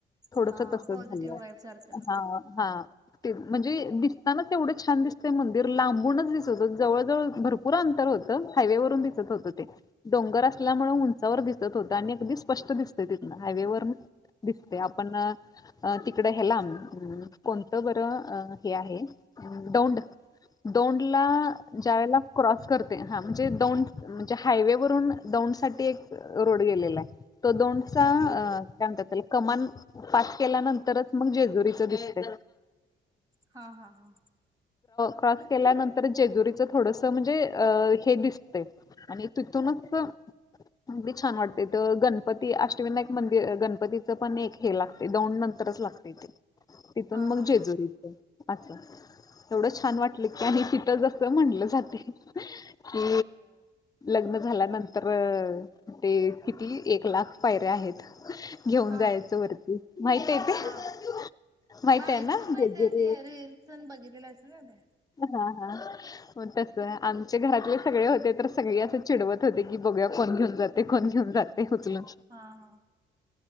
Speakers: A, on the left; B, on the right.
A: थोडस
B: हा
A: तसच
B: पॉझिटिव्ह
A: झालंय.
B: वाईब सारखं
A: हा हा. <inaudible> म्हणजे दिसतानाच तेवढं छान दिसतय मंदिर लांबूनच दिसत जवळ जवळ भरपूर अंतर होतं हायवेवरून. दिसत होत ते डोंगरात असल्या मूळ उंचावर दिसत होत आणि अगदी स्पष्ट दिसते तिथन हायवेवर दिसते आपण तिकडे ह्याला कोणतं बरं बरं हे आहे दौंड दौंड न ज्यावेळेला क्रॉस करत हा म्हणजे दौंड म्हणजे हायवे वरून दौंड साठी एक रोड गेलेला आहे तो दौंड चा
B: हा
A: काय म्हणतात त्याला कमान पास केल्यानंतरच मग जेजुरीच दिसते
B: हा हा हा
A: क्रॉस केल्यानंतर जेजुरीचं थोडस म्हणजे अ हे दिसतय आणि तिथूनच अगदी छान वाटते तर गणपती अष्टविनायक मंदिर गणपतीचं पण एक हे लागते दोंड नंतरच लागते ते. तिथून
B: हा हा
A: मग
B: हा
A: जेजुरी.
B: हा
A: अच्छा एवढं छान वाटलं की आणि तिथ ज असं म्हटलं जाते कि लग्न झाल्यानंतर अ ते किती एक लाख पायऱ्या आहेत घेऊन
B: हा
A: जायचं वरती माहित आहे ते
B: हा
A: माहित
B: मग
A: आहे ना
B: ऐकून माहिती
A: जेजुरी
B: आहे ते रिल्स <unintelligible>
A: हा हा हो तस आमच्या घरातले सगळे होते तर सगळे असं चिडवत होते की बघया कोण घेऊन जाते कोण घेऊन जाते. उचलून
B: हा हा